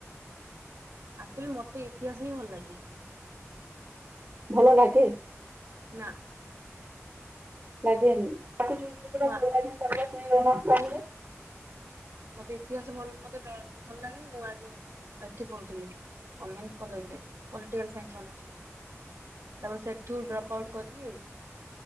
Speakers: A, on the right; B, on the right.
A: ଆକ୍ଚୁଲି ମତେ ଇତିହାସ ହିଁ ଭଲ ଲାଗେ।
B: ଭଲ ଲାଗେ?
A: ନା।
B: <unintelligible>
A: ମୁଁ ଆ ମତେ ଇତିହାସ ଭଲ ମତେ ଭଲ ଲାଗେନି ମୁଁ ଆଗେ ଏଠି ପଢୁଥିଲି ଓମେନ୍ସ କଲେଜ ରେ ପାଲଟିକାଲ ସାଇନ୍ସ ଅନର୍ସ। ତାପରେ ସେଠୁ ଡ୍ରପ୍
B: ହୁଁ
A: ଆଉଟ
B: ହୁଁ।
A: କରିକି